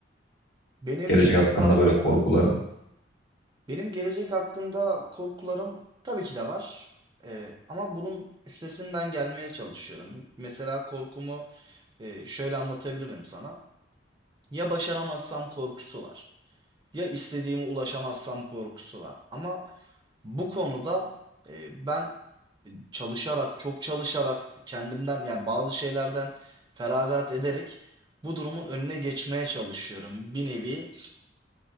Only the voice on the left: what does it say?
Gelecek hakkında
böyle korkuların.